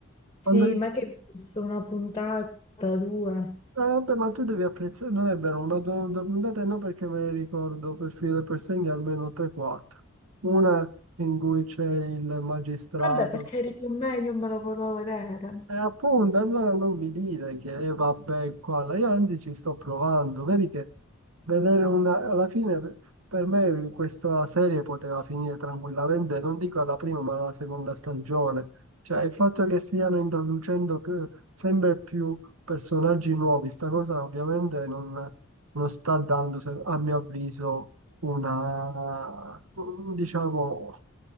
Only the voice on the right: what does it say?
Quando io
ti- eh,
vabbè, ma tu devi apprezzare, non è vero, una do- due puntate no perché me le ricordo per filo per segno almeno 3-4. Una in cui c'è il magistrato.
E appunto, allora non mi dire che eh, vabbè, qua, là. Io anzi ci sto provando. Vedi che vedere una... alla fine per me questa serie poteva finire tranquillamente, non dico alla prima, ma alla seconda stagione. Cioè, il fatto che stiano introducendo che- sempre più personaggi nuovi, sta cosa ovviamente non, non sta dando, se- a mio avviso, una, diciamo,